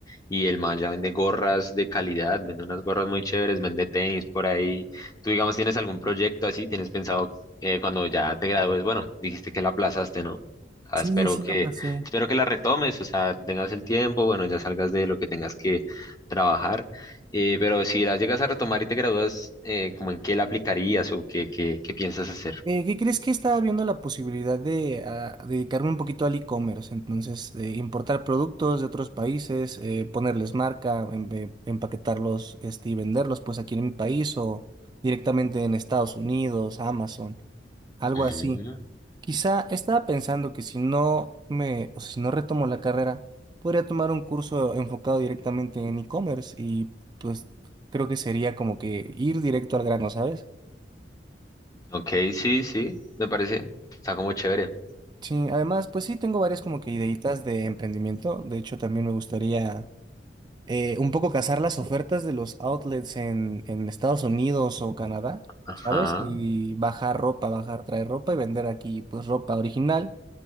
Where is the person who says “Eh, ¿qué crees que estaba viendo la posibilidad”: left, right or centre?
Right